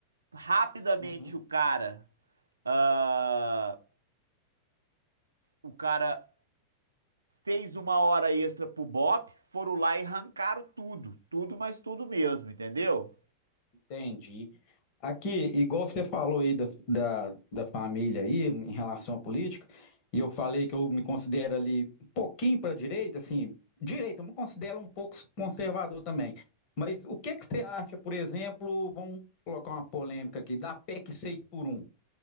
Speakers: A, on the right; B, on the left.
A: Rapidamente
B: Uhum,
A: o cara ah, O cara fez uma hora extra pro Bop, foram lá e arrancaram tudo. Tudo, mas tudo mesmo, entendeu?
B: entendi. Aqui, igual você falou aí da, da, da família aí, em relação à política, e eu falei que eu me considero ali um pouquinho para a direita, assim, direita, eu me considero um pouco conservador também. Mas o que que você acha, por exemplo, vamos colocar uma polêmica aqui, da PEC 6 por um?